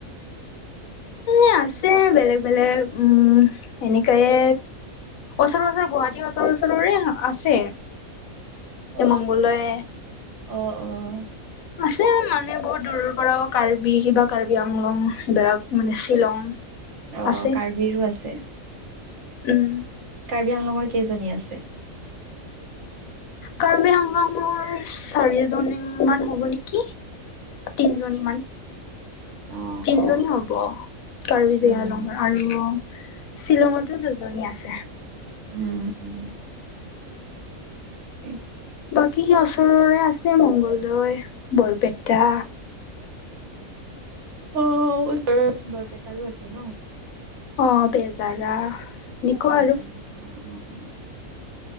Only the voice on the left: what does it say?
এ আছে বেলেগ বেলেগ, উম, এনেকাইয়ে ওচৰৰ-ওচৰৰ গুৱাহাটী ওচৰ-ওচৰৰে আছে,
মংগলদৈ
আছে মানে বহুত দূৰৰ পৰাও, কাৰ্বি কিবা কাৰ্বি আংলং, এইবিলাক মানে শ্বিলং
আছে
উম।
কাৰ্বি-আংলঙৰ চাৰিজনী মান হ'ব নেকি। তিনিজনীমান
তিনিজনী
হ'ব কাৰ্বি
যে-আংলঙৰ। আৰু শ্বিলঙৰতো দুজনী আছে।
বাকী ওচৰৰে আছে মংগলদৈ, বৰপেটা।
অ', বেজাৰা এনেকুৱা
আৰু।